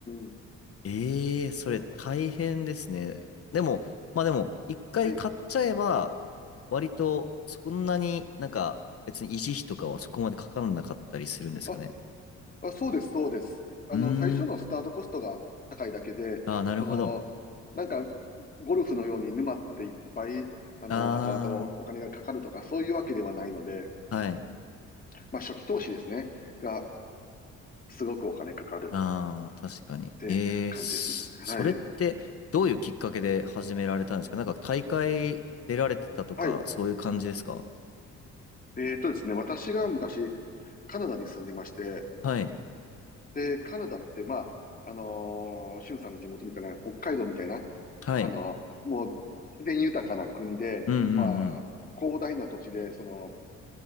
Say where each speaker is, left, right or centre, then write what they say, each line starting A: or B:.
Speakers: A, on the left; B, on the left.
A: ん。
B: ええそれ大変ですね。
A: そう。
B: でも、まあでも、一回買っちゃえば、
A: はい。
B: 割と、そんなになんか、別に維持費とかはそこまでかからなかったりするんですかね。
A: あ、あ、そうです、そうです。あの、
B: うーん。
A: 最初のスタートコストが高いだけで、
B: ああ、なるほど。
A: その、なんか、ゴルフのように沼っていっぱい、あの、
B: あ
A: 後々お金がかかるとか、そういうわけではないので、
B: あ、はい。
A: まあ、初期投資ですね、が、すごくお金かかる
B: ああ、確かに。
A: ってか感じですね。
B: ええ、そそれってどういうきっかけで始められたんですかなんか大会出られてたとか、
A: はい。はい。
B: そういう感じですか
A: えーっとですね、私が昔、カナダに住んでまして、
B: はい。
A: で、カナダって、まあ、あのー、シュンさんの地元みたいな、北海道みたいな、
B: はい。
A: あのーもう自然豊かな国で、
B: うんうん
A: まあ、広大な土地で、その、